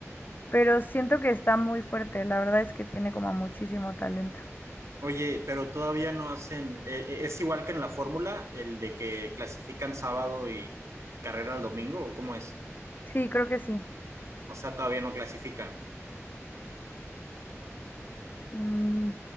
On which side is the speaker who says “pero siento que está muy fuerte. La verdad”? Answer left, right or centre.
Left